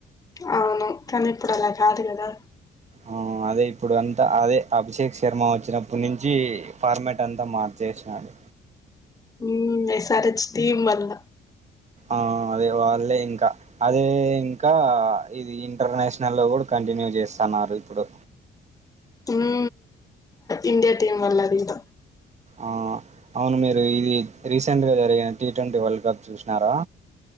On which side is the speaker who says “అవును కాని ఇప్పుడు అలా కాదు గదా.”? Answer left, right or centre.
Left